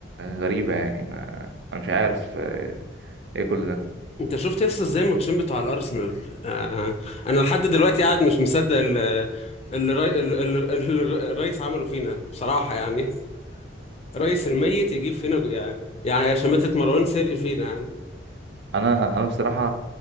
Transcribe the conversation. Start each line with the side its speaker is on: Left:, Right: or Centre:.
Right: غريبه يعني ما انا مش عارف آه، ايه كل ده
Left: انت شفت يس ازاي الماتشين بتوع الارسنال آه آه، انا لحد دلوقتي قاعد مش مصدق اللي اللي الري- اللي- اللي الرئيس عمله فينا بصراحه يعني رئيس الميت يجيب فينا جو- يعني يعني شماتة مروان سري فينا يعني
Right: انا انا بصراحه